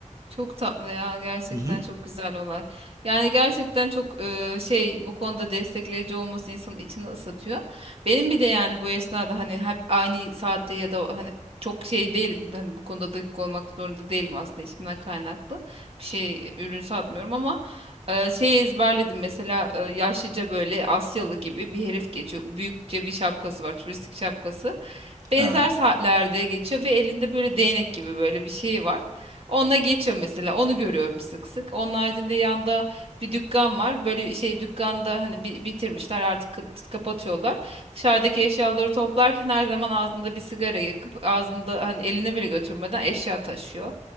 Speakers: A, on the right (about 50°); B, on the right (about 25°).
A: Çok tatlı ya gerçekten
B: Hı hı.
A: çok güzel olay. Yani gerçekten çok e, şey bu konuda destekleyici olması insanın içini ısıtıyor. Benim bir de yani bu esnada hani hep aynı saatte ya da hani çok şey değilim. Hani bu konuda dakik olmak zorunda değilim aslında işimden kaynaklı. Bir şey ürün satmıyorum ama e, şey ezberledim mesela e, yaşlıca böyle Asyalı gibi bir herif geçiyor. Büyükçe bir şapkası var turistik şapkası benzer
B: aha,
A: saatlerde geçiyor ve elinde böyle değnek gibi böyle bir şey var. Onunla geçiyor mesela. Onu görüyorum sık sık. Onun haricinde yanda bir dükkan var. Böyle şey dükkanda hani bi- bitirmişler artık kı- kapatıyorlar. Dışarıdaki eşyaları toplarken her zaman ağzında bir sigara yakıp ağzında hani eline bile götürmeden eşya taşıyor.